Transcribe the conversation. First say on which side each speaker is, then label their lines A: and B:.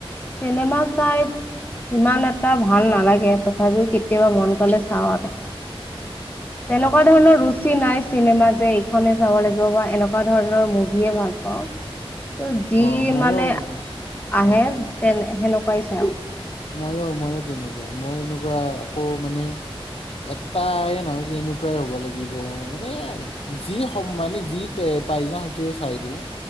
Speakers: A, on the left; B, on the left.
A: চিনেমা চাই ইমান এটা ভাল নালাগে তথাপিও কেতিয়াবা মন গলে চাওঁ আৰু
B: অ
A: তেনেকুৱা ধৰণৰ ৰুচি নাই চিনেমা যে এইখনে চাব লাগিব বা এনেকুৱা ধৰণৰ মুভিয়ে ভাল পাওঁ ত যি
B: অ মইও
A: মানে
B: অ
A: আহে তে হেনো পাইছা
B: মইো মইো তেনেকুৱা মই এনেকুৱা আকৌ মানে এটাই নহয় কি এনেকুৱাই হব লাগিব মানে যি মানে যি পাই যাওঁ সেইটোৱে চাই দিওঁ